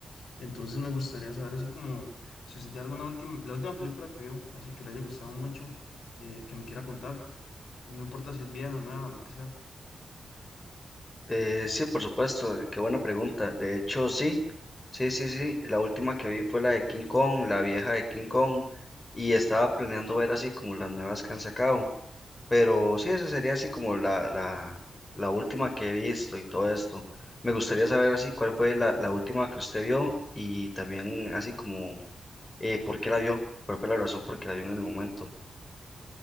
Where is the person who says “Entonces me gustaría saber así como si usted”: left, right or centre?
Left